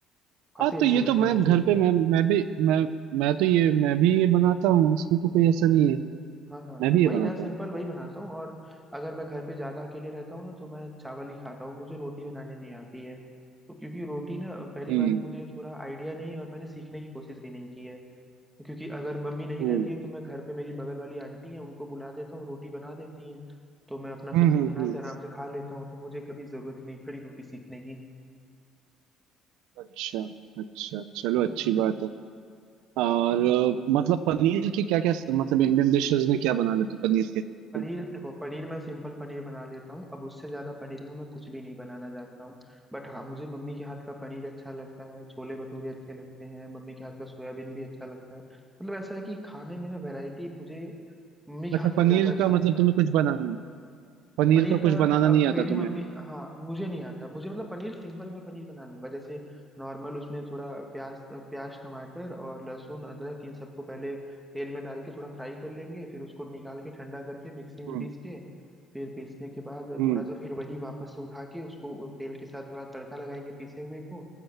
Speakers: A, in the centre; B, on the right.
A: काफी
B: हाँ
A: अच्छा
B: तो ये
A: लगता
B: तो मैं
A: है मुझे
B: घर पे मैं मैं भी मैं मैं तो ये मैं भी ये बनाता हूँ इसमें तो कोई ऐसा नहीं है
A: हाँ हाँ
B: मैं भी
A: वही
B: ये बनाता
A: मैं सिंपल
B: हूँ
A: वही बनाता हूँ और अगर मैं घर पे ज्यादा अकेले रहता हूँ ना तो मैं चावल ही खाता हूँ मुझे रोटी बनाने नहीं आती है तो क्योंकि रोटी ना पहली
B: हम्म
A: बात मुझे थोड़ा आइडिया नहीं है और मैंने सीखने की कोशिश भी नहीं की है क्योंकि अगर मम्मी नहीं
B: हम्म
A: रहती है तो मैं घर पे मेरी बगल वाली आंटी है उनको बुला देता हूँ रोटी बना देती हैं तो मैं अपना
B: हम्म
A: सब्जी
B: हम्म
A: बना
B: हम्म।
A: के आराम से खा लेता हूँ तो मुझे कभी जरूरत ही नहीं पड़ी रोटी सीखने
B: अच्छा अच्छा चलो
A: की
B: अच्छी बात है और अ, मतलब पनीर के क्या क्या मतलब इंडियन डिशेस में क्या बना लेते हो पनीर के तुम?
A: पनीर देखो पनीर मैं सिंपल पनीर बना लेता हूँ अब उससे ज्यादा पनीर में मैं कुछ भी नहीं बनाना जानता हूँ बट हाँ मुझे मम्मी के हाथ का पनीर अच्छा लगता है छोले भटूरे अच्छे लगते हैं मम्मी के हाथ का सोयाबीन भी अच्छा लगता है मतलब ऐसा है कि खाने में ना वैरायटी मुझे मम्मी के
B: अच्छा
A: हाथ
B: पनीर
A: का ज्यादा अच्छा
B: का मतलब
A: लगता
B: तुम्हें
A: है
B: कुछ बनाना नहीं पनीर
A: पनीर
B: का
A: का
B: कुछ बनाना नहीं
A: अब
B: आता
A: मेरी मम्मी
B: तुम्हें
A: हाँ मुझे नहीं आता मुझे मतलब पनीर सिंपल मैं पनीर बना लूंगा जैसे नॉर्मल उसमें थोड़ा प्याज प्याज टमाटर और लहसुन अदरक इन सबको पहले तेल में डाल के थोड़ा फ्राई कर लेंगे फिर उसको निकाल के ठंडा करके मिक्सी में
B: हम्म
A: पीस के फिर पीसने के बाद
B: हम्म
A: थोड़ा सा फिर वही वापस से उठा के उसको तेल के साथ थोड़ा तड़का लगाएंगे पीसे हुए को